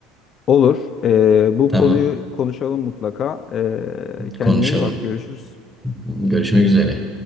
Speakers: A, on the left; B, in the centre.
A: Olur. Ee, bu
B: Tamam.
A: konuyu konuşalım mutlaka. Ee, kendine
B: Konuşalım.
A: iyi bak. Görüşürüz.
B: Görüşmek üzere.